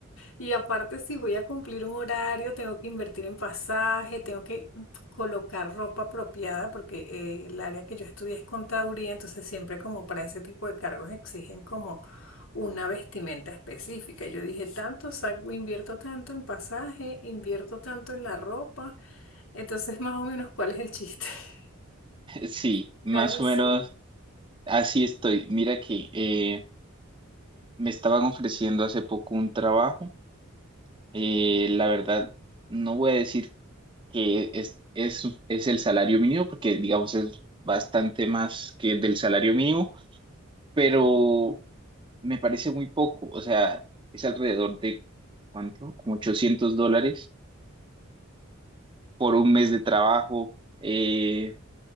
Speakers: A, on the left (about 70°); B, on the right (about 25°).
A: Y aparte, si voy a cumplir un horario, tengo que invertir en pasaje, tengo que colocar ropa apropiada, porque eh, el área que yo estudié es contaduría, entonces siempre como para ese tipo de cargos exigen como una vestimenta específica. Yo dije, tanto, saco, invierto tanto en pasaje, invierto tanto en la ropa, entonces <laughs> más o menos, ¿cuál es el chiste? <laughs>
B: Sí,
A: O
B: más
A: sea,
B: o
A: sí,
B: menos Así estoy. Mira que eh, me estaban ofreciendo hace poco un trabajo. Eh, la verdad, no voy a decir que es, es, es el salario mínimo, porque digamos es bastante más que el del salario mínimo, pero me parece muy poco. O sea, es alrededor de, ¿cuánto? Como 800 dólares por un mes de trabajo. eh,